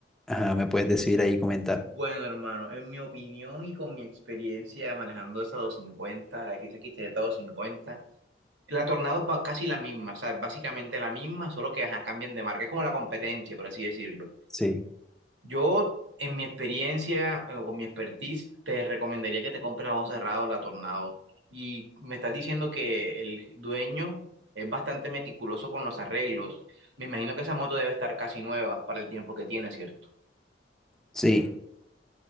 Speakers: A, in the centre; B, on the right.
A: ajá, me puedes decir ahí y comentar.
B: Bueno, hermano, en mi opinión y con mi experiencia manejando esa 250, la X X T Z 250 la Tornado es ba- casi la misma, o sea, es básicamente la misma, solo que ajá, cambian de marca. Es como la competencia, por así decirlo.
A: Sí,
B: Yo, en mi experiencia eh, o con mi expertise, te recomendaría que te compres a ojos cerrados la Tornado. Y me estás diciendo que el dueño es bastante meticuloso con los arreglos. Me imagino que esa moto debe estar casi nueva para el tiempo que tiene, ¿cierto?
A: sí,